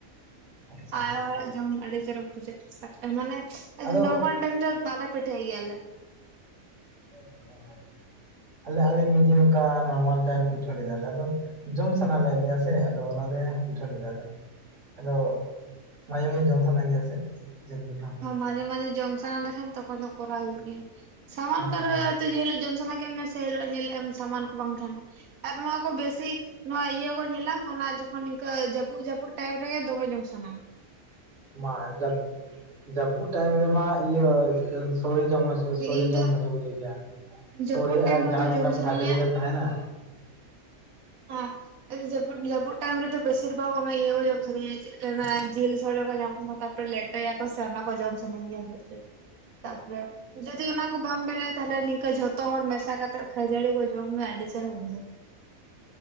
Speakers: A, on the right; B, on the right.
A: ᱟᱪᱪᱷᱟ
B: ᱟᱭᱳ ᱦᱚᱲᱟᱜ ᱡᱚᱢ ᱟᱹᱰᱤ ᱪᱚᱨᱚᱠ ᱵᱩᱡᱷᱟᱹᱜ ᱢᱟᱱᱮ
A: ᱟᱫᱚ
B: ᱱᱚᱨᱢᱟᱞ ᱫᱚ ᱵᱟᱞᱮ ᱯᱤᱴᱷᱟᱹᱭ ᱜᱮᱭᱟᱞᱮ᱾
A: ᱟᱸᱪᱪᱷᱟ ᱟᱞᱮ ᱟᱞᱮ ᱢᱤᱫ ᱫᱤᱱ ᱚᱱᱠᱟ ᱱᱚᱨᱢᱟᱞ ᱴᱟᱭᱤᱢ ᱯᱤᱴᱷᱟᱹ ᱞᱮᱫᱟᱞᱮ ᱟᱫᱚ ᱡᱚᱢ ᱥᱟᱱᱟᱞᱮᱜ ᱞᱮᱭᱟ ᱥᱮ ᱟᱫᱚ ᱚᱱᱟᱛᱮ ᱯᱤᱴᱷᱟᱹ ᱞᱮᱫᱟᱞᱮ᱾ ᱟᱫᱚ ᱢᱟᱡᱷᱮ ᱢᱟᱡᱷᱮ ᱡᱚᱢ ᱥᱟᱱᱟᱧ ᱜᱮᱭᱟ ᱥᱮ ᱡᱮᱞ ᱯᱤᱴᱷᱟᱹ᱾
B: ᱚᱸ ᱢᱟᱡᱷᱮ ᱢᱟᱡᱷᱮ ᱡᱚᱢ ᱥᱟᱱᱟ ᱞᱮᱠᱷᱟᱱ ᱛᱚᱠᱷᱚᱱ ᱫᱚ ᱠᱚᱨᱟᱣ ᱦᱩᱭᱩᱜ ᱜᱮᱭᱟ ᱥᱟᱢᱟᱱ
A: ᱦᱮᱸ
B: ᱚᱠᱟᱨᱮ ᱡᱮ ᱦᱤᱞᱳᱜ ᱡᱚᱢ ᱥᱟᱱᱟ ᱠᱮᱫ ᱢᱮ ᱥᱮ ᱦᱤᱞᱳᱜ ᱧᱮᱞᱮᱜ-ᱟᱢ ᱥᱟᱢᱟᱱ ᱠᱚ ᱵᱟᱝ ᱛᱟᱦᱮᱱᱟ ᱟᱨ ᱱᱚᱣᱟ ᱠᱚ ᱵᱮᱥᱤ ᱱᱚᱣᱟ ᱤᱭᱟᱹ ᱠᱚ ᱧᱮᱞᱟᱢ ᱚᱱᱟ ᱡᱚᱠᱷᱚᱱ ᱤᱱᱠᱟᱹ ᱡᱟᱹᱯᱩᱫ ᱡᱟᱹᱯᱩᱫ ᱴᱟᱭᱤᱯ ᱨᱮᱜᱮ ᱫᱚᱢᱮ ᱡᱚᱢ ᱥᱟᱱᱟᱣᱟ᱾
A: ᱢᱟ ᱡᱟᱹᱯ ᱡᱟᱹᱯᱩᱫ ᱴᱟᱭᱤᱢ ᱨᱮᱢᱟ ᱤᱭᱟᱹ ᱥᱚᱲᱮ ᱡᱚᱢ ᱦᱚ ᱪᱚ ᱥᱚᱲᱮ
B: ᱤᱧ
A: ᱡᱚᱢ
B: ᱫᱚ
A: ᱵᱷᱟᱜᱮ ᱵᱩᱡᱷᱟᱹᱣᱟᱹᱜ ᱜᱮᱭᱟ
B: ᱡᱟᱹᱯᱩᱫ
A: ᱥᱚᱲᱮ
B: ᱴᱟᱭᱤᱢ
A: ᱟᱨ
B: ᱨᱮᱫᱚ
A: ᱡᱟᱦᱟᱱᱟᱜ
B: ᱡᱚᱢ
A: ᱢᱤᱫ ᱴᱟᱝ
B: ᱥᱟᱱᱟᱧᱟ
A: ᱵᱷᱟᱡᱟ ᱞᱮᱠᱟ ᱛᱟᱦᱮᱸᱱᱟ᱾
B: ᱟᱠᱥ ᱟᱫᱚ ᱡᱟᱹᱯᱩᱫ ᱡᱟᱹᱯᱩᱫ ᱴᱟᱭᱤᱢ ᱨᱮ ᱫᱚ ᱵᱮᱥᱤᱨ ᱵᱷᱟᱜ ᱚᱱᱟ ᱤᱭᱟᱹ ᱠᱚ ᱡᱚᱢ ᱥᱟᱹᱱᱟᱹᱧᱟ ᱡᱤᱞ ᱥᱚᱲᱮ ᱠᱚ ᱧᱟᱢᱚᱜ ᱢᱟ ᱛᱟᱯᱚᱨᱮ ᱞᱮᱴ ᱴᱚᱭ ᱟᱠᱚ ᱥᱮ ᱚᱱᱟ ᱠᱚ ᱡᱚᱢ ᱥᱟᱹᱱᱟᱹᱧ ᱜᱮᱭᱟ ᱪᱮᱫᱟᱜ ᱥᱮ ᱡᱩᱫᱤ ᱚᱱᱟ ᱠᱚ ᱵᱟᱢ ᱵᱮᱱᱭᱟ᱾ ᱛᱟᱦᱞᱮ ᱱᱤᱝᱠᱟᱹ ᱡᱷᱚᱛᱚ ᱦᱚᱲ ᱢᱮᱥᱟ ᱠᱟᱛᱮᱫ ᱠᱷᱟᱹᱡᱟᱹᱲᱤ ᱠᱚ ᱡᱚᱢ ᱢᱮ ᱟᱹᱰᱤ ᱪᱮᱦᱨᱟ ᱵᱩᱡᱟᱹᱜᱼᱟ᱾